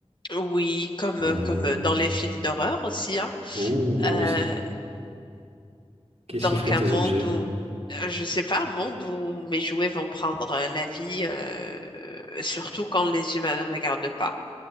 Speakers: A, on the left; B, on the right.
A: oui, comme,
B: Hmm.
A: euh, comme euh, dans les films d'horreur aussi, hein.
B: Oh,
A: Euh,
B: ah oui. c'est- Qu'est-ce
A: donc
B: qui ferait tes
A: un monde
B: objets?
A: où, euh, je sais pas, un monde où mes jouets vont prendre euh, la vie, euh, surtout quand les humains ne regardent pas.